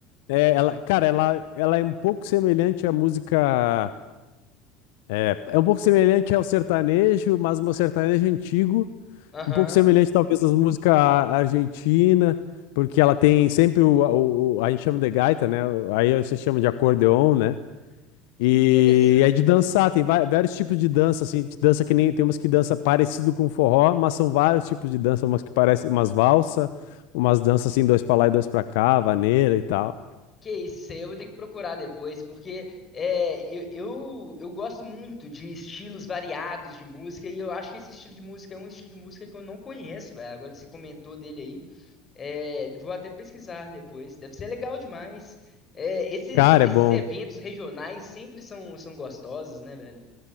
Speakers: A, on the left; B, on the left.
A: é, ela, cara, ela, ela é um pouco semelhante à música, é, é um pouco semelhante ao sertanejo, mas um sertanejo antigo,
B: Aham.
A: um pouco semelhante talvez às músicas argentinas, porque ela tem sempre o, o- o- a gente chama de gaita, né? Aí você chama de acordeon, né?
B: Que
A: E
B: interessante,
A: é de dançar,
B: velho.
A: tem vai- vários tipos de dança, assim, de dança que nem tem umas que dança parecido com forró, mas são vários tipos de dança, umas que parecem umas valsa, umas danças assim, dois pra lá e dois pra cá, vaneira e tal.
B: Que isso, isso aí eu vou ter que procurar depois, porque é, eu, eu, eu gosto muito de estilos variados de música, e eu acho que esse estilo de música é um estilo de música que eu não conheço, velho. Agora que você comentou dele aí, é, vou até pesquisar depois. Deve ser legal demais. É, esses,
A: Cara,
B: esses
A: é bom,
B: eventos regionais sempre são, são gostosos, né, velho?